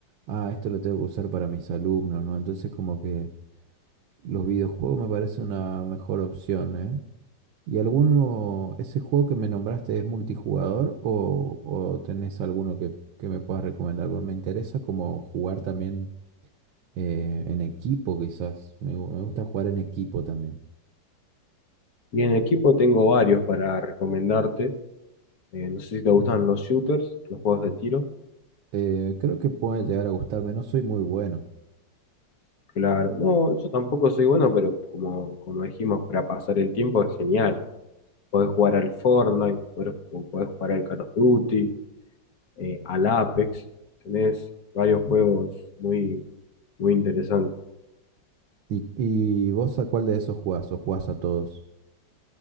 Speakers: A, on the right; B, on the left.
A: ah, esto lo tengo que usar para mis alumnos, ¿no? Entonces como que los videojuegos me parece una mejor opción, ¿eh? ¿Y alguno, ese juego que me nombraste es multijugador o, o tenés alguno que, que me puedas recomendar? Porque me interesa como jugar también eh, en equipo, quizás. Me, gu- me gusta jugar en equipo también.
B: Y en equipo tengo varios para recomendarte. Eh, no sé si te gustan los shooters, los juegos de tiro.
A: Eh, creo que puede llegar a gustarme, no soy muy bueno.
B: Claro, no, yo tampoco soy bueno, pero como, como dijimos, para pasar el tiempo es genial. Podés jugar al Fortnite, podés, podés jugar al Call of Duty, eh, al Apex, tenés varios juegos muy, muy interesantes.
A: ¿Y, y vos a cuál de esos jugás? ¿O jugás a todos?